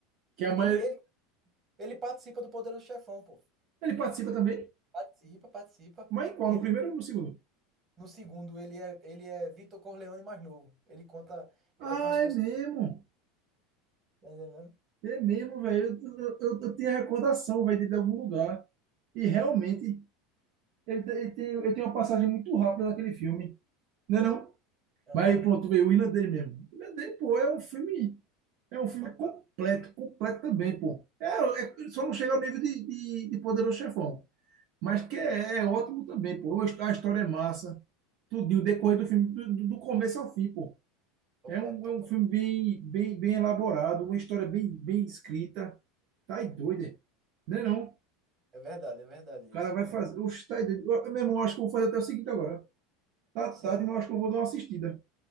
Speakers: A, on the right (about 60°); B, on the right (about 30°).
A: Que é a mãe.
B: Ele, ele, ele participa do Poderoso Chefão, pô.
A: Ele participa também,
B: Participa, participa.
A: mas em qual?
B: Ele,
A: No primeiro ou no segundo?
B: No segundo, ele é, ele é Vitor Corleone mais novo. Ele conta,
A: Ah,
B: ele é como se fosse.
A: é mesmo.
B: Tá entendendo?
A: É mesmo, velho. Eu, eu, eu tenho a recordação, velho, dele de algum lugar. E realmente, ele, te- ele tem, ele tem uma passagem muito rápida naquele filme. Não
B: É.
A: é não?
B: Aham.
A: Mas aí pronto, veio o irlandês mesmo. O irlandês, pô, é um filme. É um filme
B: Topado.
A: completo, completo também, pô. É, é- só não chega ao nível de, de, de Poderoso Chefão. Mas
B: É.
A: que é, é ótimo também, pô. A histó- a história é massa. Tudinho, o decorrer do filme, do, do- do começo ao fim, pô.
B: Topado,
A: É um,
B: topado.
A: é um filme bem, bem, bem elaborado, uma história bem, bem escrita. Tá aí doido, é? Não é não?
B: É verdade, é verdade.
A: O
B: É
A: cara
B: isso
A: vai
B: mesmo.
A: fazer. Oxe, tá aí doido. Eu, meu irmão, acho que eu vou fazer até o seguinte agora. Tá
B: Sim.
A: tarde, mas eu acho que eu vou dar uma assistida.